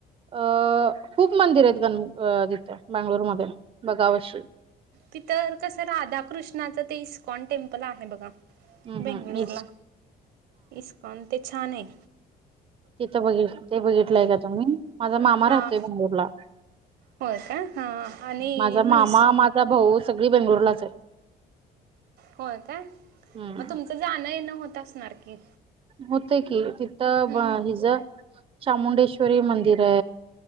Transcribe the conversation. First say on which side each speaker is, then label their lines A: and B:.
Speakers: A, on the right; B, on the right.
A: अ खूप मंदिरेत गण तिथे बंगलोरमध्ये बगा अशी.
B: तिथर कसं राधाकृष्णाचं ते इस्कॉन टेम्पल आहे बघा.
A: हम्म
B: बेंगलोरला
A: हम्म इईस
B: इस्कॉन ते छाने.
A: तिथं बघित ते बघितलंय का तुम्ही माझा मामा
B: हा
A: राहतोय बंगलोरला.
B: होय का हा आणि
A: माझा
B: म्हैस
A: मामा माझा भाऊ सगळी बेंगलोरलाचे.
B: होय काय?
A: हम्म
B: मग तुमचं जाणं येणं होत असणार की.
A: होते की तिथं
B: हम्म
A: हिज चामुंडेश्वरी मंदिरे.